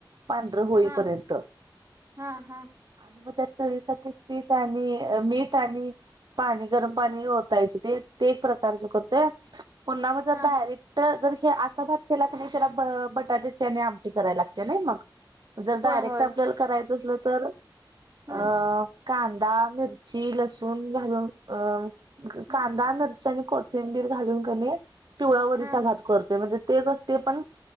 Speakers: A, on the right; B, on the right.
A: पांढर होईपर्यंत
B: हा
A: आणि
B: हा हा
A: मग त्यात, चवी साठी पीठ, आणि मीठ आणि पाणी. गरम पाणी ओतायचे ते ते एक प्रकारचं करतोय. <inaudible> पुन्हा मग जर
B: हा
A: डायरेक्ट जर हे आस असा भात केला कनी, त्याला ब.. बटाटे ते आणि आमटी करायला लागते नाही मग, जर डायरेक्ट
B: होय होय
A: आपल्याला करायचं असलं तर अ
B: हा
A: कांदा मिरची लसूण घालून अ
B: हा
A: कांदा न आणि कोथंबीर घालून कणी पिवळा वरीचा
B: हा
A: भात करते म्हणजे ते नसते पण